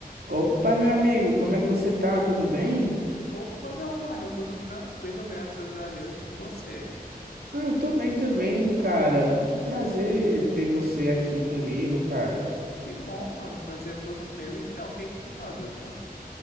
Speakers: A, on the right; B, on the left.
A: Opa, meu amigo, como é que você tá? Tudo bem?
B: Opa, meu mano, tudo tranquilo, graças a Deus e com você.
A: Ah, eu tô bem também, cara. Que prazer ter você aqui comigo, cara.
B: Que bom, mano, o prazer é todo meu. Então, o que que tu mandas, mano?